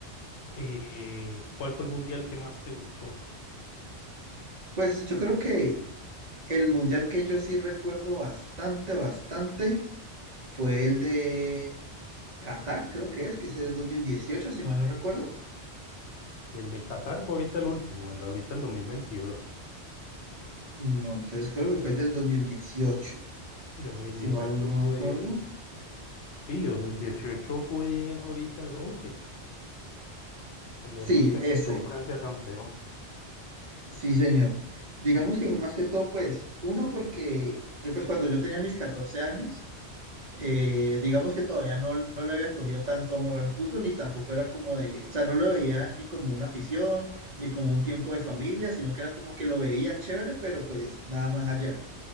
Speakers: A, on the left; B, on the right.
A: eh, ¿cuál fue el mundial que más te gustó?
B: Pues yo creo que El mundial que yo sí recuerdo bastante, bastante fue el de Qatar, creo que es, que ese es 2018, si mal no recuerdo.
A: Y el de Qatar fue ahorita el último, el ahorita el dos Dos mil veintidós.
B: No, entonces creo que fue el del 2018,
A: dos mil
B: si
A: dieciocho
B: mal no me
A: fue,
B: acuerdo.
A: sí, 2018 fue ahorita en Rusia, el de
B: Sí,
A: Rusia
B: ese,
A: que quedó Francia campeón.
B: sí, señor. Digamos que fue más que todo, pues, uno, porque yo, pues, cuando yo tenía mis 14 años, eh, digamos que todavía no, no le había cogido tanto amor al fútbol, ni tampoco era como de, o sea, no lo veía ni como una afición, ni como un tiempo de familia, sino que era como que lo veía chévere, pero pues nada más allá.